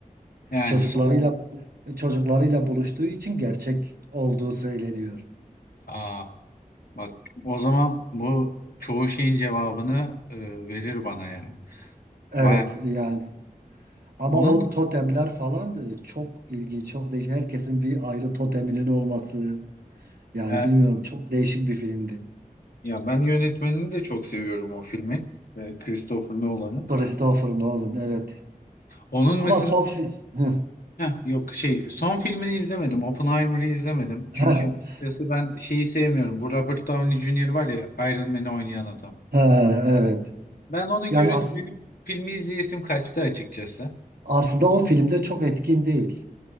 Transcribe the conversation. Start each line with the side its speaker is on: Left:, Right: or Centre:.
Left: Yani
Right: Çocuklarıyla
Left: son-
Right: O çocuklarıyla buluştuğu için gerçek olduğu söyleniyor.
Left: Aa, Bak o zaman bu çoğu şeyin cevabını e, verir bana ya.
Right: Evet
Left: Baya
Right: yani. Ama
Left: onun
Right: o totemler falan e, çok ilginç, çok değişik. Herkesin bir ayrı toteminin olması. Yani
Left: e,
Right: bilmiyorum çok değişik bir filmdi.
Left: ya ben yönetmenini de çok seviyorum o filmi. E, Christopher Nolan'ı.
Right: Christopher Nolan evet.
Left: Onun
Right: Ama
Left: mesela
Right: Sophie Heh,
Left: heh, yok şey son filmini izlemedim. Oppenheimer'ı izlemedim. Çünkü
Right: heh,
Left: açıkçası ben şeyi sevmiyorum. Bu Robert Downey Jr. var ya Iron Man'i oynayan adam.
Right: heh, evet.
Left: Ben onu
Right: Yani
Left: görünce
Right: as
Left: benim filmi izleyesim kaçtı açıkçası.
Right: aslında o filmde çok etkin değil.